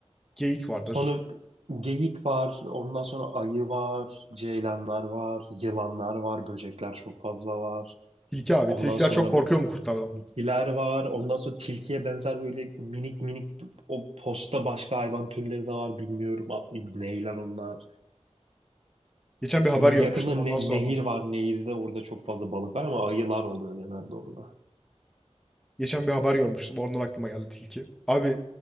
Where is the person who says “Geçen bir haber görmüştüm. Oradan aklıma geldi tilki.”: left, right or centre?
Centre